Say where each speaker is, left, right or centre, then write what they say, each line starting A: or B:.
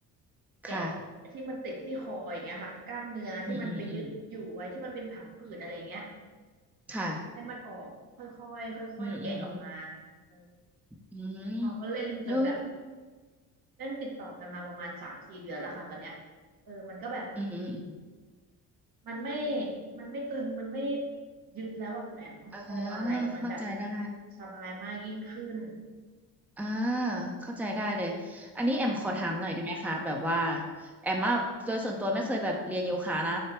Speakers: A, on the right (about 60°); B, in the centre.
A: แกะ
B: ค่ะ
A: ที่มันติดที่คออย่างเงี้ยค่ะกล้ามเนื้อที่มันไปยึดอยู่ไว้ที่มันเป็นผังผืดอะไรเงี้ย
B: อืมอืมอืมค่ะ
A: ให้มันออกค่อยๆค่อยๆแกะออกมา
B: อืมอืมอืม
A: เออ
B: อืม
A: พอก็เล่นจนแบบ
B: เออ
A: เล่นติดต่อกันมาประมาณสามสี่เดือนแล้วค่ะตอนเนี้ยเออมันก็แบบ
B: อืมอืมอืม
A: มันไม่มันไม่ตึงมันไม่ยึดแล้วอะคุณแอมคอบ่าไหล่มันแบบ
B: เเข้าใจได้
A: สบายมากยิ่งขึ้น
B: อ่าเข้าใจได้เลยอันนี้แอมขอถามหน่อยได้ไหมคะแบบว่า
A: ใช่ค่ะ
B: แอมอะโดยส่วนตัวไม่เคยแบบเรียนโยคะนะ